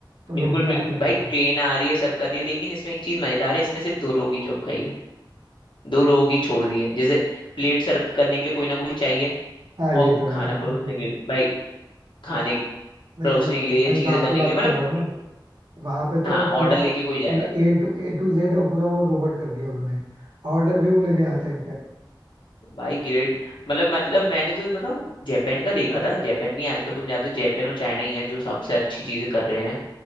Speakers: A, on the right; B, on the left.
A: तो
B: बिल्कुल
A: लोग भी
B: बिल्कुल
A: आते हैं
B: भाई
A: काफी
B: ट्रेन आ रही है सर्व कर रही है लेकिन इसमें एक चीज मजेदार है इसने सिर्फ दो लोगों की जॉब खाई है दो लोगों की छोड़ दी है जैसे प्लेट सर्व करने के लिए कोई ना कोई चाहिए
A: हाँ ये
B: और
A: तो है
B: खाना
A: रखने
B: परोसने
A: के लिए
B: के
A: कोई
B: लिए
A: नहीं
B: भाई खाने
A: नहीं
B: परोसने
A: बट
B: के लिए
A: मैं
B: या चीजें
A: जहाँ
B: करने
A: की बात
B: के लिए मतलब
A: कर रहा हूँ
B: कोई-
A: ना वहां पे तो
B: हाँ ऑर्डर
A: पूरा
B: लेके कोई जाए
A: पूरा ए टू ए टू जेड और पूरा वो रोबोट कर दिया उन्होंने ऑर्डर भी वो लेने आता है
B: भाई ग्रेट मतलब मतलब मैंने तो बताऊँ जापान का देखा था जापान में ही आजकल तुम जाते हो जापान और चाइना ही है जो सबसे अच्छी चीजें कर रहे हैं